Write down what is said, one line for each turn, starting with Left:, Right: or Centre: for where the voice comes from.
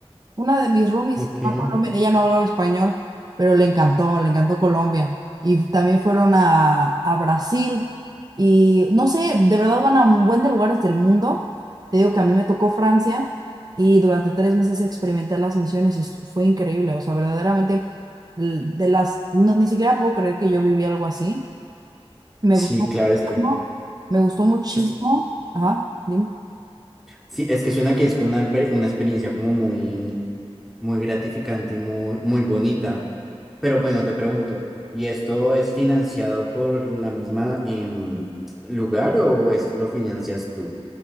Right: Una de mis roomies
Centre: ok,
Right: fue a Colombia, ella no hablaba español, pero le encantó, le encantó Colombia. Y también fueron a, a Brasil. Y no sé, de verdad van a un buen de lugares del mundo. Te digo que a mí me tocó Francia y durante tres meses experimenté las misiones y estu- fue increíble. O sea, verdaderamente, l- de las, no, ni siquiera puedo creer que yo viví algo así. Me
Centre: sí,
Right: gustó,
Centre: claro,
Right: muchísimo,
Centre: es que,
Right: ¿no? me gustó muchísimo.
Centre: es-
Right: Ajá, dime.
Centre: sí, es que suena que es como una, emper- una experiencia como muy, muy gratificante y muy, muy bonita. Pero bueno, te pregunto, ¿y esto es financiado por la misma em, lugar o es, lo financias tú?